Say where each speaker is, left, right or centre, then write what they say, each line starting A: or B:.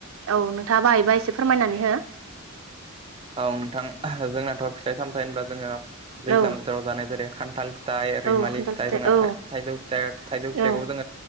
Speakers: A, on the right; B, on the right.
A: औ नोंथाङा बाहायोबा एसे फोरमायनानै हो।
B: औ नोंथां जोंनाथ' फिथाइ सामथाइ होनबा जोङो दैज्लां
A: औ
B: बोथोराव जानाय जेरै खान्थाल फिथाइ
A: औ
B: रैमालि
A: खान्थाल
B: फिथाइ जोंना
A: औ
B: थाइजौ फिथाइ थाइजौ फिथाइखौबो
A: औ
B: जोङो